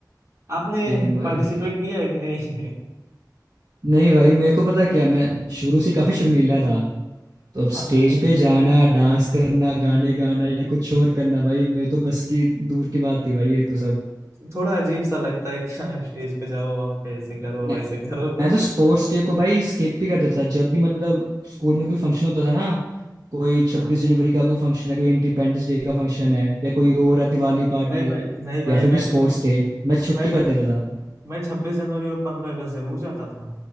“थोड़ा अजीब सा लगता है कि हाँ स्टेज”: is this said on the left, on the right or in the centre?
Right